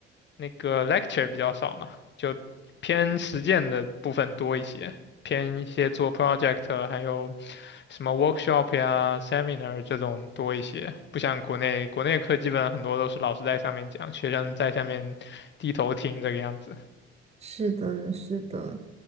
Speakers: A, on the left; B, on the right.
A: 那个 lecture 比较少嘛，就偏实践的部分多一些，偏一些做 project，还有什么 workshop 呀、seminar 这种多一些。不像国内，国内课基本很多都是老师在上面讲，学生在下面低头听这个样子。
B: 是的，是的。